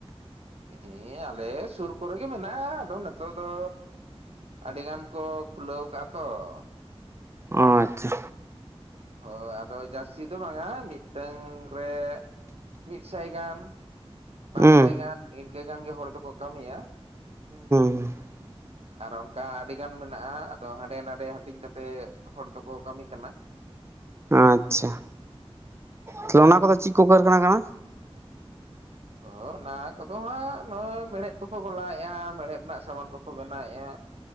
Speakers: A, on the right; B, on the right.
A: ᱦᱮᱸ ᱟᱞᱮ ᱥᱩᱨ ᱠᱚᱨᱮ ᱜᱮ ᱢᱮᱱᱟᱜ-ᱟ, ᱟᱫᱚ ᱱᱤᱛᱚᱜ ᱫᱚ ᱟᱹᱰᱤ ᱜᱟᱱ ᱠᱚ ᱠᱷᱩᱞᱟᱹᱣ ᱠᱟᱜ-ᱟ ᱛᱚ ᱾
B: ᱚ ᱟᱪᱪᱷᱟ
A: ᱦᱳᱭ ᱟᱫᱚ ᱡᱟᱹᱥᱛᱤ ᱫᱚ ᱵᱟᱝᱟ ᱢᱤᱫᱴᱟᱝᱻ ᱨᱮ ᱢᱤᱫ ᱥᱟᱭ ᱜᱟᱱ ᱵᱟᱨ
B: ᱦᱩᱸ
A: ᱥᱟᱭ ᱜᱟᱱ ᱤᱱᱠᱟᱹ ᱜᱟᱱ ᱜᱮ ᱦᱚᱲ ᱫᱚᱠᱚ ᱠᱟᱹᱢᱤᱭᱟ ᱾
B: <unintelligible>
A: ᱟᱨ ᱚᱱᱠᱟ ᱟᱹᱰᱤ ᱜᱟᱱ ᱢᱮᱱᱟᱜ-ᱟ ᱟᱫᱚ ᱦᱟᱸᱰᱮ ᱱᱟᱰᱮ ᱦᱟᱹᱴᱤᱧ ᱠᱟᱛᱮ ᱦᱚᱲ ᱫᱚᱠᱚ ᱠᱟᱹᱢᱤ ᱠᱟᱱᱟ ᱾
B: ᱟᱪᱪᱷᱟ, ᱛᱟᱦᱚᱞᱮ ᱚᱱᱟ ᱠᱚᱫᱚ ᱪᱮᱫ ᱠᱚ ᱠᱟᱨᱠᱷᱟᱱᱟ ᱠᱟᱱᱟ?
A: ᱚᱻ ᱚᱱᱟ ᱠᱚᱫᱚ ᱦᱟᱸᱜ ᱱᱚ-ᱚᱭ ᱢᱮᱬᱦᱮᱫ ᱠᱚᱠᱚ ᱜᱚᱞᱟᱭᱮᱫ-ᱟ᱾ ᱢᱮᱲᱦᱮᱫ ᱨᱮᱱᱟᱜ ᱥᱟᱢᱟᱱ ᱠᱚᱠᱚ ᱵᱮᱱᱟᱣᱮᱟ᱾